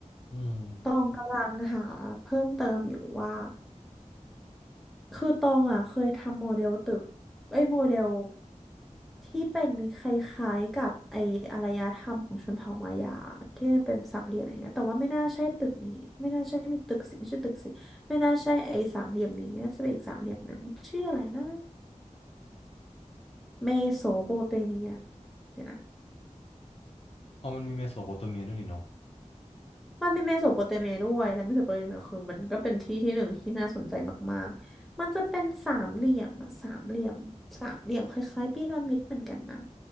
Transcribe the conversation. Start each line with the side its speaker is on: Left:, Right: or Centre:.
Left: อืม
Centre: ตองกำลังหาเพิ่มเติมอยู่ว่า คือตองอะเคยทำโมเดลตึกไอ้ยโมเดลที่เป็นคล้ายๆกับไอ้อารยธรรมของชนเผ่ามายาที่มันเป็นสามเหลี่ยมอะไรเงี้ยแต่ว่าไม่น่าใช่ตึกนี้ไม่น่าใช่มีตึกสิไม่ใช่ตึกสิไม่น่าใช่ไอ้สามเหลี่ยมนี้น่าจะเป็นอีกสามเหลี่ยมหนึ่งชื่ออะไรนะเมโสโปเตเมียเดี๋ยวนะ
Left: อ๋อมันมีเมโสโปเตเมียด้วยนี่เนาะ
Centre: มันเป็นเมโสโปเตเมียด้วยและเมโสโปเตเมียคือมันก็เป็นที่ที่หนึ่งที่น่าสนใจมากๆ มันจะเป็นสามเหลี่ยมอะสามเหลี่ยมสามเหลี่ยมคล้ายๆพีระมิดเหมือนกันนะ